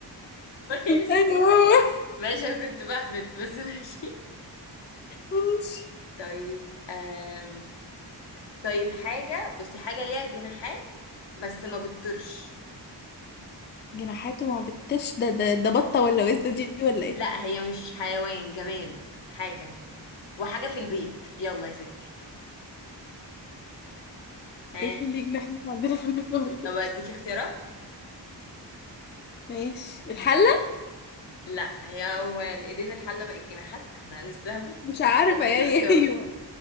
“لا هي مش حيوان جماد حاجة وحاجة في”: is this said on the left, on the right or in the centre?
Left